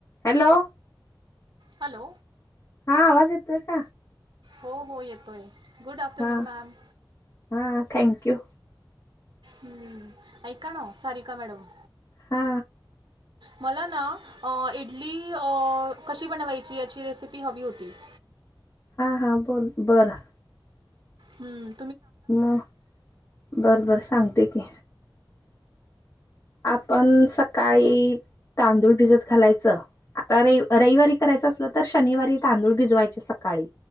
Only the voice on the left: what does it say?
hello,
हा आवाज येतोय का?
हा-
हा थँक्यू
हा
हा हा बोल बरं
ह बरं बर सांगते की आपण सकाळी तांदूळ भिजत घालायचं आता रे रविवारी करायचं असलं तर शनिवारी तांदूळ भिजवायचे सकाळी